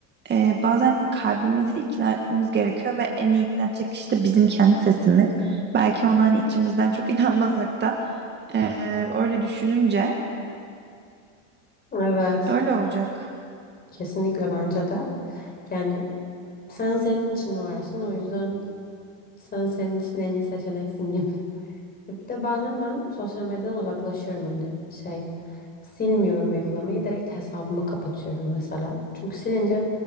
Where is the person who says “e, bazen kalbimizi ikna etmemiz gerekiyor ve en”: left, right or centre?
Right